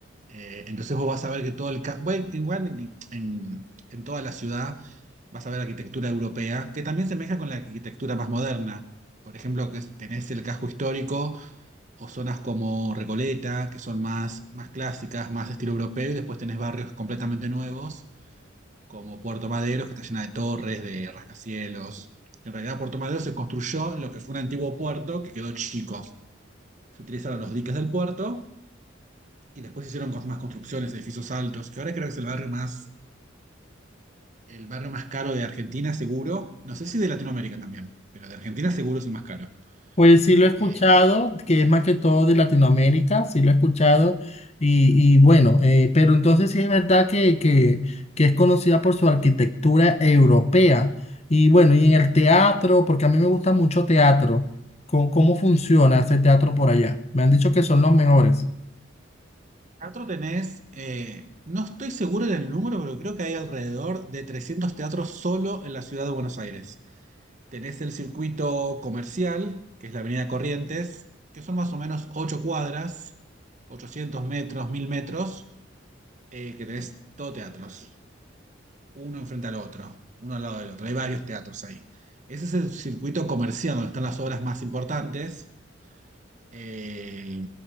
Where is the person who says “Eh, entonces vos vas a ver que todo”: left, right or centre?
Right